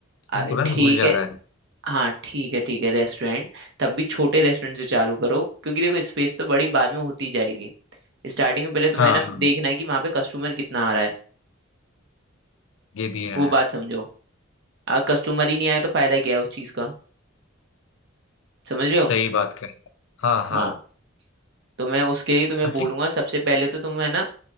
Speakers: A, on the left; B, on the right.
A: तू
B: अरे
A: तुरंत
B: ठीक
A: भूल जा
B: है
A: रहा है
B: हाँ ठीक है ठीक है रेस्टोरेंट तब भी छोटे रेस्टोरेंट से चालू करो क्योंकि देखो स्पेस तो बड़ी बाद में होती जाएगी स्टार्टिंग में पहले तुम्हें
A: हाँ
B: ना
A: हाँ
B: देखना है कि वहां पे कस्टमर कितना आ रहा है
A: ये भी है
B: वो बात समझो अगर कस्टमर ही नहीं आया तो फायदा क्या है उस चीज का समझ रहे हो
A: सही बात कह रहा है। हाँ
B: हाँ
A: हाँ
B: तो मैं उसके लिए तुम्हें
A: अच्छा
B: बोलूंगा सबसे पहले तो तुम है ना